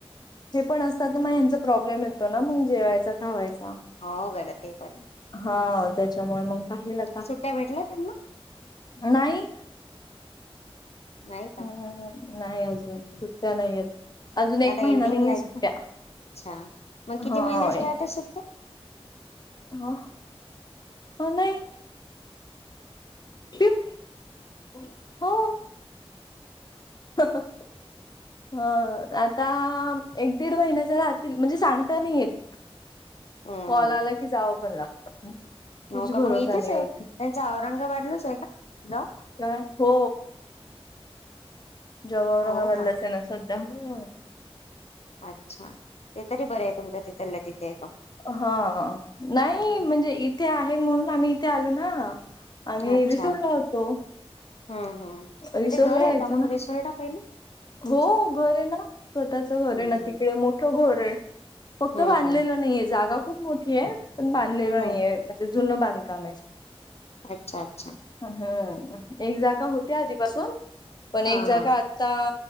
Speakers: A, on the left (about 40°); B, on the left (about 80°).
A: जे पण असतात ना म ह्यांचा प्रॉब्लेम येतो ना मग जेवायचा, खावायचा.
B: हो गड्या ते पण हाय.
A: हा त्याच्यामुळे मग पाहिलात
B: सुट्ट्या भेटल्या त्यांना?
A: नाही.
B: नाही का
A: हम्म हम्म हम्म, नाही अजून
B: हम्म
A: सुट्ट्या नाहीयेत. अजून एक
B: आता
A: महिना
B: एंडिंगला
A: नाहीये
B: आहेत
A: सुट्ट्या,
B: का अच्छा मग किती
A: होय.
B: महिन्याच्या राहतात सुट्ट्या
A: हो हो नाही. ठेवू मी? हो. <unintelligible> हं आता एक दीड महिन्याच राहतील, म्हणजे सांगता नाही येत.
B: हम्म
A: कॉल आला की जावंपण लागतं. कुछ
B: हाव का
A: भरोसा
B: मग इथेच
A: नाही
B: आहे
A: उनका
B: त्यांचा औरंगाबादलाच आहे का जॉब?
A: काय? हो. जॉब औरंगाबादलाच
B: हो का
A: आहे ना सध्या म्हणून
B: अच्छा ते तरी बरं आहे तुमच्या तिथला तिथे आहे तो.
A: हा. नाही
B: हम्म
A: म्हणजे इथे आहे म्हणून, आम्ही इथे आलो ना. आम्ही
B: अच्छा
A: रिसोडला होतो.
B: हम्म हम्म.
A: रिसोर्टला
B: इथे घर आहे
A: राहायचं
B: का मग
A: ना
B: रेस्टोरट आहे पहिले? तुमचं
A: हो घर आहे ना स्वतःच घर
B: हम्म
A: आहे ना तिकडे मोठं घर आहे. फक्त
B: हम्म
A: बांधलेलं
B: हम्म
A: नाहीये जागा खूप मोठ ती ए पण बांधलेलं
B: हम्म
A: नाहीय म्हणजे जुनं बांधकाम आहे.
B: अच्छा अच्छा
A: हम्म एक जागा होत्या आधीपासून, पण एक
B: हा
A: जागा
B: हा
A: आता